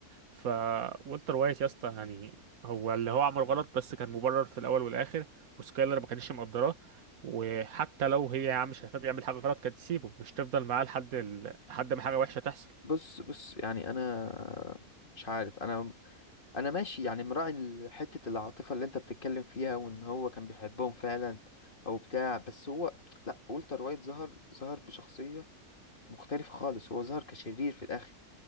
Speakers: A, on the right (about 70°); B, on the left (about 35°).
A: فولتر وايت يا اسطى يعني هو اللي هو عمل غلط بس كان مبرر في الاول والاخر وسكايلر ما كانتش مقدراه وحتى لو هي يا عم شايفاه بيعمل حاجه غلط كانت تسيبه مش تفضل معاه لحد ال... لحد ما حاجه وحشه تحصل
B: بص بص يعني انا مش عارف انا انا ماشي يعني مراعي ال- حتة العاطفة اللي انت بتتكلم فيها وان هو كان بيحبهم فعلا او بتاع بس هو لا والتر وايت ظهر ظهر بشخصية مختلفة خالص هو ظهر كشرير في الاخر